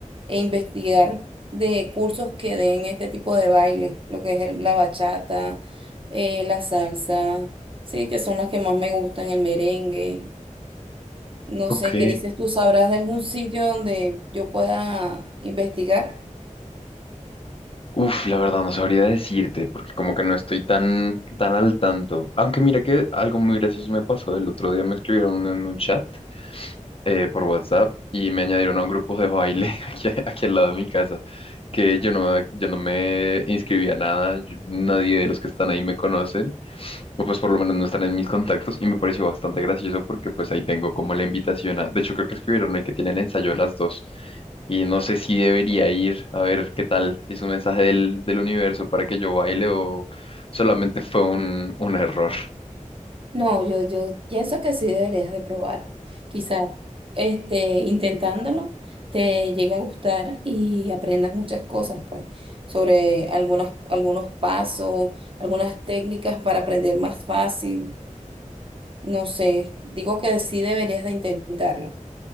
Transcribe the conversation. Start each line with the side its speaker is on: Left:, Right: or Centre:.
Right: e investigar de cursos que den este tipo de baile, lo que es el- la bachata, eh, la salsa, sí, que son las que más me gustan, el merengue. No
Left: Ok.
Right: sé, ¿qué dices tú? ¿Sabrás de algún sitio donde yo pueda investigar?
Left: Uf, la verdad no sabría decirte, porque como que no estoy tan, tan al tanto. Aunque mira que algo muy gracioso me pasó. El otro día me escribieron en un chat eh, por WhatsApp y me añadieron a un grupo de baile <laughs> aquí, aquí al lado de mi casa, que yo no, me- yo no me inscribí a nada, yo- nadie de los que están ahí me conocen, o pues por lo menos no están en mis contactos y me pareció bastante gracioso porque pues ahí tengo como la invitación a, de hecho creo que escribieron ahí que tienen ensayo a las dos y no sé si debería ir a ver qué tal, si es un mensaje del, del universo para que yo baile o solamente fue un, un error.
Right: No, yo, yo pienso que sí deberías de probar. Quizás este, intentándolo te llegue a gustar y aprendas muchas cosas, pues, sobre algunas, algunos pasos, algunas técnicas para aprender más fácil. No sé, digo que sí deberías de intentarlo.